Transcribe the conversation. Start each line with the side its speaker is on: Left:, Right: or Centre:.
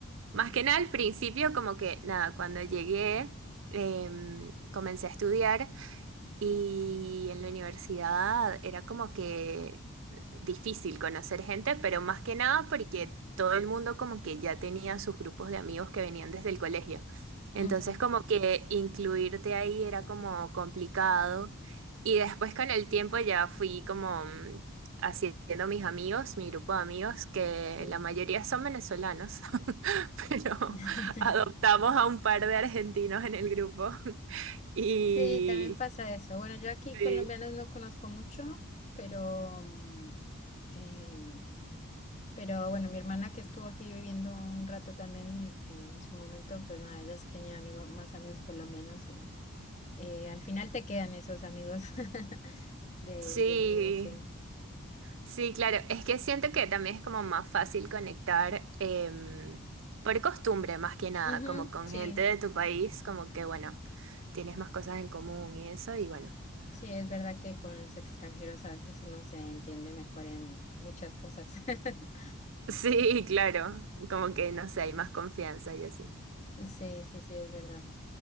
Right: Más que nada al principio, como que nada, cuando llegué, em, comencé a estudiar. Y en la universidad era como que difícil conocer gente, pero más que nada porque todo el mundo como que ya tenía sus grupos de amigos que venían desde el colegio. Entonces
Left: <laughs> Ujú,
Right: como que incluirte ahí era como complicado. Y después con el tiempo ya fui como mm, haciendo mis amigos, mi grupo de amigos, que
Left: sí.
Right: la mayoría son venezolanos, <laughs> pero
Left: <laughs>
Right: adoptamos a un par de argentinos en el grupo. <laughs> Y
Left: Sí, también pasa eso. Bueno, yo aquí
Right: Sí.
Left: colombianos no conozco mucho, pero... mm, em, Pero bueno, mi hermana que estuvo aquí viviendo un rato también, eh, en su momento, pues nada, ella sí tenía amigos, más amigos colombianos y eh, al final te quedan esos amigos <laughs> de,
Right: Sí,
Left: de amigos, sí.
Right: sí, claro. Es que siento que también es como más fácil conectar em, por costumbre, más que nada,
Left: Ujú,
Right: como con
Left: sí,
Right: gente de tu país, como que, bueno, tienes más cosas en común y eso, y bueno. <laughs>
Left: sí, es verdad que con los extranjeros a veces uno se entiende mejor en muchas cosas. <laughs>
Right: Sí, claro, como que, no sé, hay más confianza y así.
Left: Sí, sí, sí, es verdad.